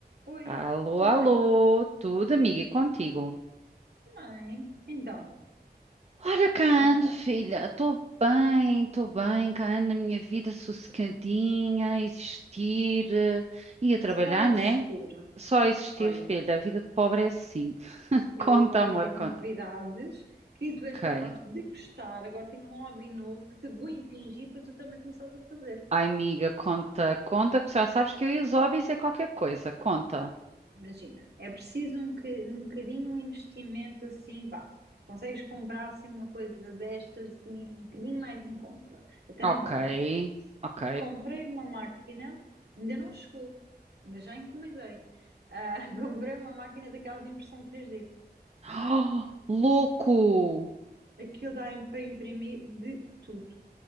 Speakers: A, on the right (about 75°); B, on the right (about 40°).
A: Oi,
B: Alô,
A: tudo
B: alô,
A: bem?
B: tudo amiga e contigo?
A: Bem, então,
B: Ora, cá ando,
A: como é que tá?
B: filha, estou bem, estou bem, cá ando na minha vida sossegadinha, a existir eh, e a trabalhar,
A: Só existir.
B: né? Só a existir,
A: Olha,
B: filha, a vida de pobre é assim. <laughs>
A: eu
B: Conta,
A: agora
B: amor,
A: tenho
B: conta.
A: novidades que tu
B: Ok.
A: és capaz de gostar. Agora tenho um hobby novo que te vou impingir para tu também começares a fazer.
B: Ai, amiga, conta, conta, porque já sabes que eu e os hobbies é qualquer coisa, conta.
A: Imagina, é preciso um, que- um bocadinho de investimento assim, pá. Consegues comprar assim uma coisa destas assim, um bocadinho mais em conta, até
B: Ok,
A: na Vorta.
B: ok.
A: Comprei uma máquina, ainda não chegou, mas já encomendei. Ah, <laughs> comprei uma máquina daquelas de impressão 3D.
B: <gasps> louco!
A: Aquilo dá im- para imprimir de tudo.